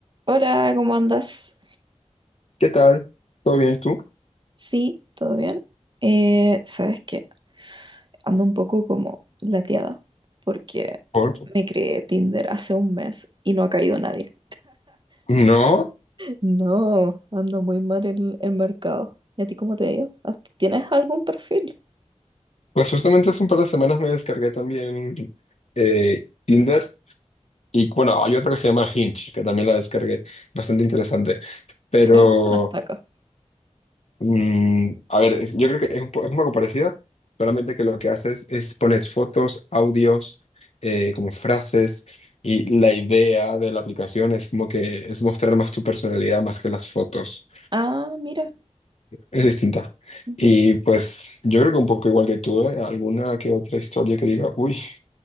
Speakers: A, on the right; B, on the left.
A: Hola, ¿cómo andas?
B: ¿Qué tal? ¿Todo bien tú?
A: Sí, ¿todo bien? Eh, sabes que ando un poco como lateada porque
B: ¿Por?
A: me creé Tinder hace un mes y no ha caído nadie.
B: No,
A: No, anda muy mal el, el mercado. ¿Y a ti cómo te ha ido? ¿Has- ¿Tienes algún perfil?
B: pues justamente hace un par de semanas me descargué también eh, Tinder y bueno, hay otra que se llama Hinge, que también la descargué, bastante interesante, pero
A: Creo que se nos está acá.
B: mm, a ver, es- yo creo que es un, po- es un poco parecida, solamente que lo que haces es pones fotos, audios, eh, como frases y la idea de la aplicación es como que es mostrar más tu personalidad más que las fotos.
A: Ah, mira.
B: Es distinta.
A: Ujú.
B: Y pues yo creo que un poco igual que tú, ¿eh? Alguna que otra historia que diga, uy,